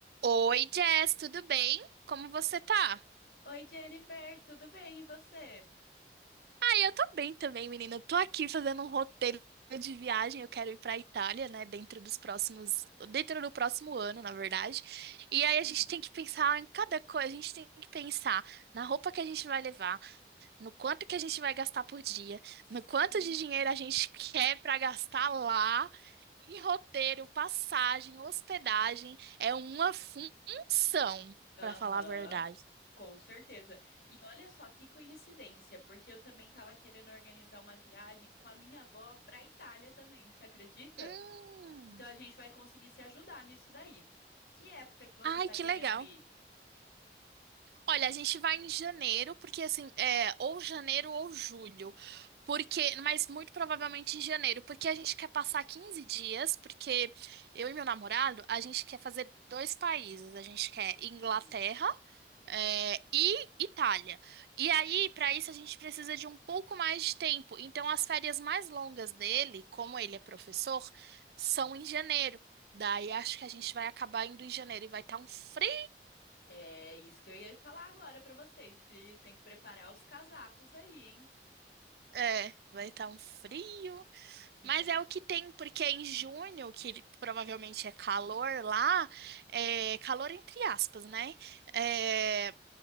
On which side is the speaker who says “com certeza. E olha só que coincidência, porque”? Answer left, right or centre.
Left